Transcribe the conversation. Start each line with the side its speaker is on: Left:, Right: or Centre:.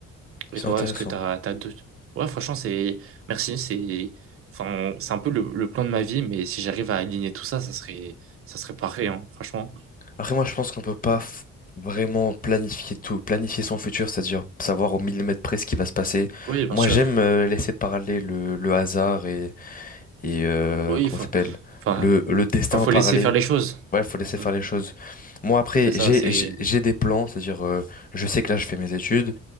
Right: Et
Left: C'est
Right: toi,
Left: intéressant.
Right: est-ce que t'as, t'as deux... Ouais, franchement, c'est... Merci, c'est... Enfin, c'est un peu le, le plan de ma vie, mais si j'arrive à aligner tout ça, ça serait, ça serait parfait, hein, franchement.
Left: Après, moi, je pense qu'on peut pas f- vraiment planifier tout, planifier son futur, c'est-à-dire savoir au millimètre près ce qui va se passer.
Right: Oui, bien
Left: Moi,
Right: sûr.
Left: j'aime euh, laisser parler le, le hasard et, et euh,
Right: Oui,
Left: comment
Right: il faut...
Left: ça s'appelle?
Right: Enfin,
Left: Le, le destin
Right: enfin, faut
Left: parler.
Right: laisser faire les choses.
Left: Ouais, faut laisser faire
Right: Mm.
Left: les choses. Moi, après,
Right: C'est ça,
Left: j'ai,
Right: c'est...
Left: j'ai j'ai des plans, c'est-à-dire, euh, je sais que là, je fais mes études.